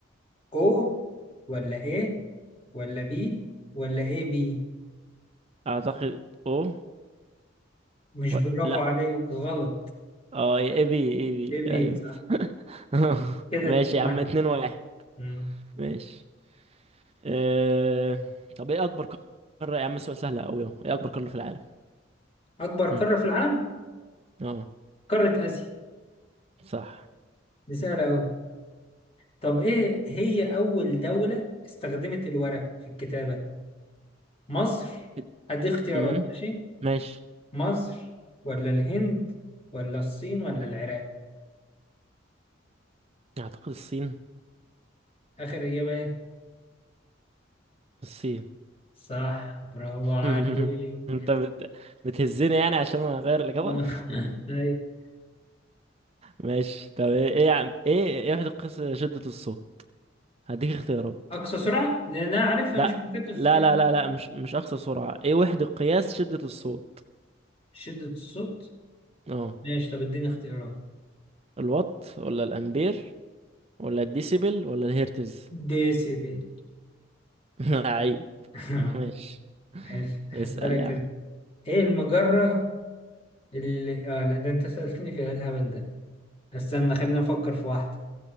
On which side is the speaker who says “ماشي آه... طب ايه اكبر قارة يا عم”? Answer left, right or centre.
Right